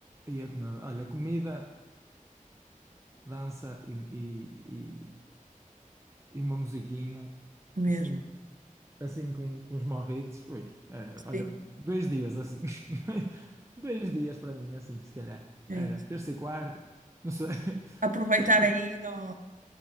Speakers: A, on the right; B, on the right.
A: ia comer. Olha, comida. dança e, e, e, e uma musiquinha,
B: mesmo.
A: assim, assim com, com os morritos. Ui, era, olha,
B: Sim,
A: dois dias assim. <laughs> Dois dias para mim, assim, se calhar.
B: é
A: Era
B: isso.
A: terça e quarta, não sei.
B: Aproveitar
A: <coughs>
B: aí no